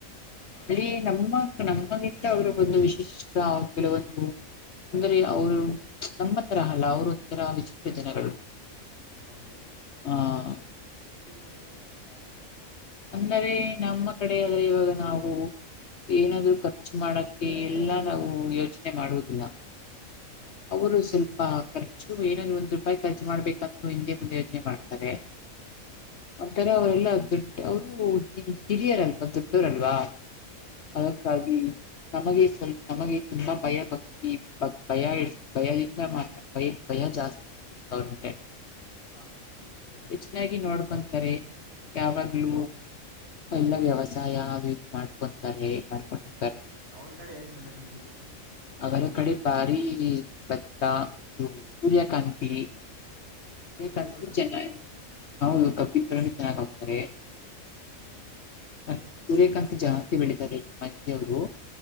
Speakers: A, on the right (about 50°); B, on the left (about 55°).
A: ಹಾ
B: ಅ- ನಮ್ಮ ನಮ್ಮಗಿಂತ ಅವರು ಒಂದು ವಿಶಿಷ್ಟ ಕೆಲವೊಂದು ಅಂದ್ರ ಅವ್ರು ನಮ್ಮ ತರ ಅಲ್ಲ ಅವ್ರ ಒಂಥರ ವಿಚಿತ್ರ ಜನಗಳು.
A: ಹೌದಾ!
B: ಆ
A: ವಿಚಿತ್ರ ಜನಗಳುಯಾವ ತರಾ
B: ಅಂದರೆ ನಮ್ಮ ಕಡೆ ಆದ್ರೆ ಇವಾಗ ನಾವು ಏನಾದ್ರು ಖರ್ಚು ಮಾಡಕ್ಕೆ ಎಲ್ಲಾ ನಾವು ಯೋಚನೆ ಮಾಡುವುದಿಲ್ಲ.
A: ಹಾ,
B: ಅವರು ಸ್ವಲ್ಪ ಖರ್ಚು ಏನಾದ್ರು ಒಂದ ರೂಪಾಯಿ ಖರ್ಚು ಮಾಡ್ಬೇಕಂದ್ರು ಹಿಂದೆ ಮುಂದೆಯೋಚನೆ ಮಾಡ್ತಾರೆ. <inaudible>
A: ಹಾ,
B: ಆಥರ ಅವರೆಲ್ಲ ದು ಅವರು ಹಿರಿಯರಲ್ವಾ ದೊಡ್ಡೋರಲ್ವಾ,
A: ಹಾ
B: ಅದಕ್ಕಾಗಿ ನಮಗೆ ಸ್ವಲ್ಪ ನಮಗೆ ತುಂಬಾ ಭಯ ಭಕ್ತಿ ಭಯ <unintelligible> ಇ ಭಯದಿಂದ ಮಾತ್ರ ಭಯ ಭಯ ಜಾಸ್ತಿವ್ರಂತೆ
A: ಹಾ ಭಯದಿಂದ
B: ಹೆಚ್ಚನ್ನಾಗಿ
A: ಮಾಡ
B: ನೋಡ್ಕೊಂ ತ್ರಿ ಯಾವಾಗ್ಲೂ
A: ಹಾ
B: ಎಲ್ಲಾ ವ್ಯವಸಾಯ ಅದು ಇದು ಮಾಡ್ಕೊಂತಾರೆ ಏನ್ ಮಾಡ್ಕೊಂಡು
A: ಅವರು ಕಡೆ ಏನ್ ಬೆಳೆಗಳನ್ನು ಬೆಳಿತ್ತಾರೆ.
B: ಅವರ ಕಡೆ ಬಾರೀ ಭತ್ತ ಇದು ಸೂರ್ಯಕಾಂತಿ ಸೂರ್ಯಕಾಂತಿ
A: ಕಬ್ಬಿನ ತೋಟ ಹಾಕು
B: ಚೆನ್ನಾಗ್ ಹೌದು ಕಬ್ಬಿನ ತರ ಚೆನ್ನಾಗಿ ಹಾಕ್ತಾರೆ.
A: ಹಾ
B: ಮತ್ತೆ ಸೂರ್ಯಕಾಂತಿ ಜಾಸ್ತಿ ಬೆಳಿತ್ತಾರೆ ನಮ್ ಅತ್ತಿಗೆಯವರು